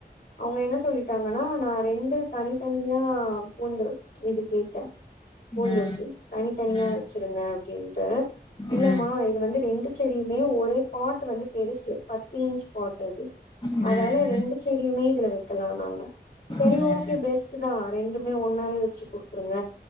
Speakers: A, on the left; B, on the left.
A: அவுங்க என்ன சொல்லிட்டாங்கன்னா நா ரெண்டு தனித்தனியா பூந்து இது கேட்ட பூந்தொட்டி
B: ம்
A: தனி தனியா
B: ம்
A: வச்சிருங்க அப்டின்ட்டு இல்லமா
B: ம்
A: இது வந்து ரெண்டு செடியுமே ஒரே பாட் வந்து பெருசு பத்து இன்ச் பாட் அது
B: ம்
A: அதால
B: ம்
A: ரெண்டு செடியுமே இதுல வைக்கலான்னாங்க சரி
B: ம்
A: ஓகே பெஸ்ட்டு தா ரெண்டுமே ஒன்னாவே வச்சு குடுத்துருங்க